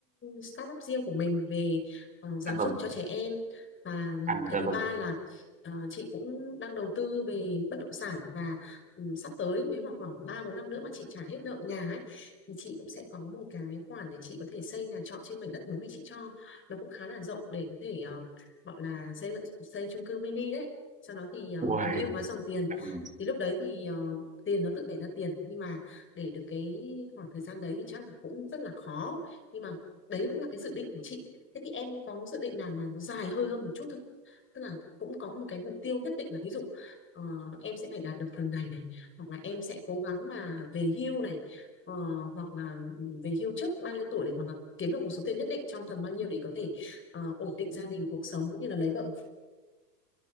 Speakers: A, on the left; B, on the right.
A: startup riêng của mình về ờ, giáo
B: dạ vâng
A: dục cho trẻ em và
B: à
A: cái
B: dạ
A: thứ
B: vâng
A: ba là ờ, chị cũng đang đầu tư về bất động sản và ừ, sắp tới nếu mà khoảng 3 4 năm nữa mà chị trả hết nợ nhà ấy thì chị cũng sẽ có một cái khoản để chị có thể xây nhà trọ trên mảnh đất bố mẹ chị cho. Nó cũng khá là rộng để có thể ờ, gọi là xây xây chung cư mini đấy sau đó thì ờ,
B: Uầy,
A: tối ưu hóa dòng tiền
B: dạ vâng.
A: thì lúc đấy thì ờ, tiền nó tự đẻ ra tiền nhưng mà để được cái khoảng thời gian đấy thì chắc là cũng rất là khó nhưng mà đấy cũng là cái dự định của chị thế thì em có dự định nào mà nó dài hơi hơn một chút không tức là cũng có một cái mục tiêu nhất định là ví dụ ờ, em sẽ phải đạt được từng này này hoặc là em sẽ cố gắng mà về hưu này ờ, hoặc là về hưu trước bao nhiêu tuổi này hoặc là kiếm được một số tiền nhất định trong tầm bao nhiêu để có thể ờ, ổn định gia đình cuộc sống cũng như là lấy vợ